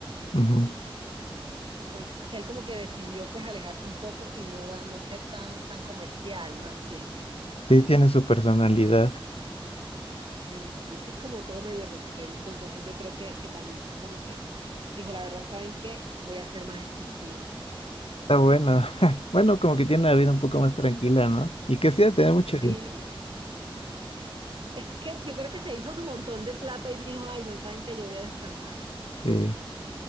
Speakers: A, on the left (about 80°); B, on the right (about 55°).
A: Ujú.
B: Entonces él como que decidió pues alejarse un poco y no, da, no ser tan, tan comercial, más bien.
A: Sí, tiene su personalidad.
B: Sí, sí, es que es como todo medio rockerito, entonces yo creo que, que también como que dijo, la verdad, ¿saben qué? Voy a ser más exclusivo.
A: Está bueno. <laughs> Bueno, como que tiene una vida un poco más tranquila, ¿no? Y que sí, ha de tener mucho,
B: Sí, es que yo creo que se hizo un montón de plata y dijo, ay, no, ¿saben qué? Yo voy a descansar.
A: este,